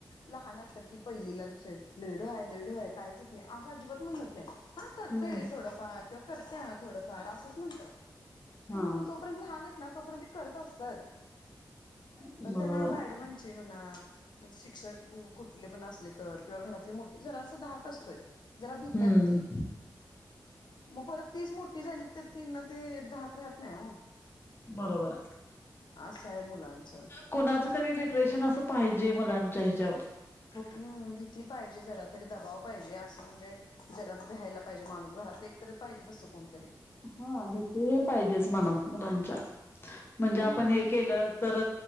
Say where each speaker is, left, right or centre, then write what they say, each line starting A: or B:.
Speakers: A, on the left (about 75°); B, on the left (about 30°).
A: लहान असतात ती पहिलीला दुसरी लय ढ आहे, लय ढ आहे कायच येत नाही असं अजिबात म्हणत नाही. हा करतय
B: हम्म
A: थोडं. किंवा करते थोडं फार असंच म्हणतात. कारण
B: हा
A: जोपर्यंत लहान आहेत ना तोपर्यंत. करत असतात.
B: बरोबर
A: पण तेना मॅडमांची
B: आहे
A: म्हणा. मग शिक्षक कुठले पण असले तर किंवा घरातले मोठे जरा स धाक असतोय. जरा भितात
B: हम्म.
A: ती मग परत तीच मोठी. झाली तर तीन ना ते धाक राहत नाही हो.
B: बरोबर आहे.
A: आस आहे मुलांचं.
B: कुणाच तरी डिप्रेशन अस पाहिजे मुलांच्या हिच्यावर
A: हम्म भीती पाहिजे जरा तरी दबाव पाहिजे असं म्हणजे जरा. भ्यायला पाहिजे माणूस घरात एक तरी पाहिजे तसं कोणतरी.
B: हा भीती हे पाहिजेच मनात मुलांच्या. म्हणजे
A: हम्म
B: आपण हे केलं तर